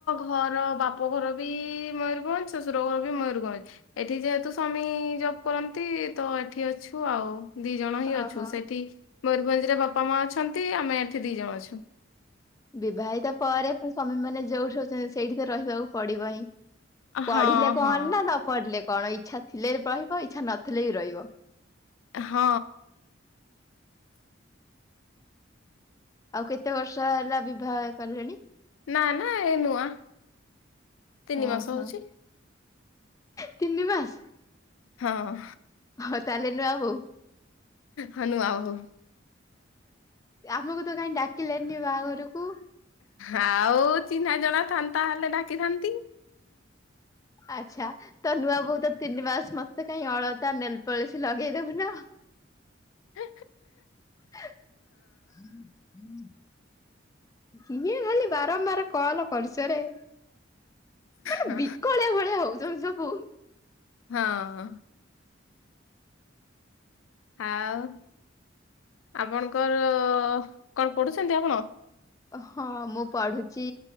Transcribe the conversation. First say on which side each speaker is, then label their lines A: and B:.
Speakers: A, on the left; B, on the left.
A: ଘର ବାପ ଘର ବି ମୟୂରଭଞ୍ଜ, ଶ୍ୱଶୁର ଘର ବି ମୟରଭଞ୍ଜ। ଏଠି ଯେହେତୁ ସ୍ୱାମୀ ଜବ୍ କରନ୍ତି ତ, ଏଠି ଅଛୁ ଆଉ ଦି ଜଣ ହିଁ ଅଛୁ,
B: ଓହୋ।
A: ସେଠି ମୟୂରଭଞ୍ଜରେ ବାପା ମା ଅଛନ୍ତି, ଆମେ ଏଠି ଦି ଜଣ ଅଛୁ।
B: ବିବାହିତ ପରେ ପ ସ୍ୱାମୀ ମାନେ ଯୋଉଠି ରହୁଛନ୍ତି, ସେଇଠି ତ ରହିବାକୁ ପଡିବ ହିଁ ପଢିଲେ
A: ହଁ
B: କହନ
A: ହଁ
B: ନା, ନ ପଢିଲେ କ କଣ ଇଛା ଥିଲେ ରହିବ, ଇଚ୍ଛା ନଥିଲେ ବି ରହିବ।
A: ହଁ।
B: ଆଉ କେତେ ବର୍ଷ ହେଲା ବିବାହ କଲେଣି?
A: ନା, ନା, ଏ ନୂଆ ତିନି
B: ଓହୋ
A: ମାସ ହଉଛି।
B: ତିନି ମାସ!
A: ହଁ।
B: ହଁ, ତାହେଲେ ନୁଆ ବୋହୁ
A: ହନୁ ଆହୋ
B: ଆମକୁ ତ କାହିଁ ଡାକିଲେନି ବାହାଘରକୁ
A: ଆଉ ଚିହ୍ନା ଜଣା ଥାନ୍ତାହଲେ ଡାକିଥାନ୍ତି।
B: ଆଚ୍ଛା, ତ ନୂଆ ବୋଉ ତ ତିନି ମାସ ମତେ କାହିଁ ଅଳତା ନେଲ ପଳଶୀ ଲଗେଇଦଉ ନା?
A: ହ
B: ହଁ, ହଁ <unintelligible> କିିଏ ଖାଲି ବାରମ୍ବାର କଲ ପରିଚୟରେ ମାନେ
A: ହଁ
B: ବିକଳିଆ ଭଳିଆ ହଉଛନ୍ତି ସବୁ
A: ହଁ ଆଉ ଆପଣଙ୍କର କଣ ପଢୁଛନ୍ତି? ଆପଣ
B: ହଁ ମୁଁ ପଢୁଚି